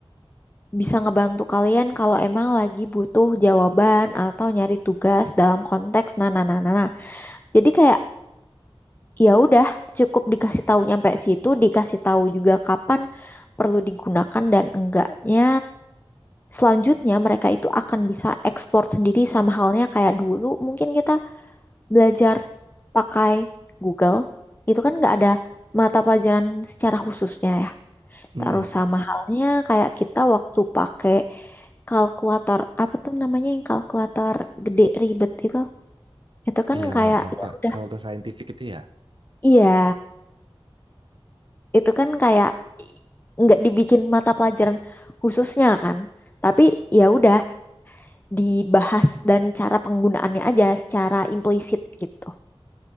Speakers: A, on the left; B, on the right.
A: bisa ngebantu kalian kalau emang lagi butuh jawaban atau nyari tugas dalam konteks nah nah nah nah. nah. Jadi kayak ya udah cukup dikasih tahu nyampe situ, dikasih tahu juga kapan perlu digunakan dan enggaknya. Selanjutnya mereka itu akan bisa ekspor sendiri sama halnya kayak dulu mungkin kita belajar pakai Google itu kan nggak ada mata pelajaran secara khususnya ya.
B: hmm,
A: Terus sama halnya kayak kita waktu pakai kalkulator apa tuh namanya yang kalkulator gede ribet itu itu kan
B: yang
A: kayak
B: apa?
A: ya udah
B: Kalau ke scientific itu ya,
A: iya itu kan kayak i- nggak dibikin mata pelajaran khususnya kan tapi ya udah dibahas dan cara penggunaannya aja secara implisit gitu